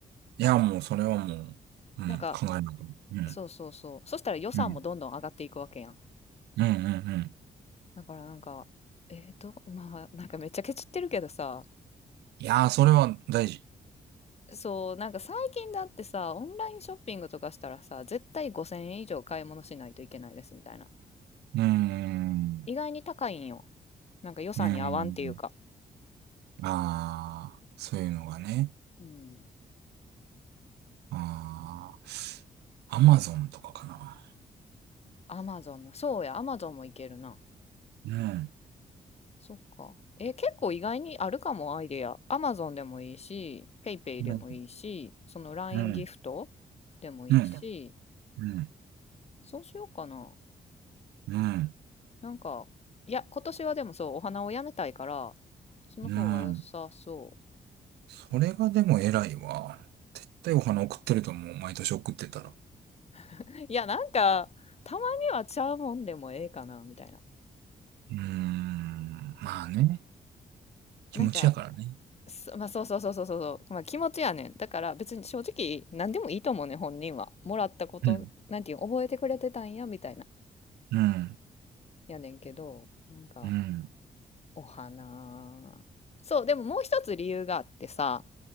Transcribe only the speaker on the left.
なんか
そうそうそうそしたら予算もどんどん上がっていくわけやん
だからなんか、えーと、<laughs> まあなんかめっちゃケチってるけどさ、
そう、なんか最近だってさ、オンラインショッピングとかしたらさ、絶対5000円以上買い物しないといけないですみたいな。
意外に高いんよ。なんか予算に合わんっていうか。
うん。
アマゾンの、そうや、アマゾンもいけるな。
そっか。え、結構意外にあるかも、アイデア。アマゾンでもいいし、ペイペイでもいいし、
その LINE
ギフトでもいいし、
そうしようかな。
なんか、いや、今年はでもそう、お花をやめたいから、その方が良さそ
う。<laughs> いや、なんか、たまにはちゃうもんでもええかな、みたいな。
なんか、そまあ、そうそうそうそうそうそう、まあ、気持ちやねん。だから別に正直、何でもいいと思うねん、本人は。もらったこと、
なんていうの、覚えてくれてたんや、みたいな。
やねんけど、なんか、
お花。そう、でももう一つ理由があってさ、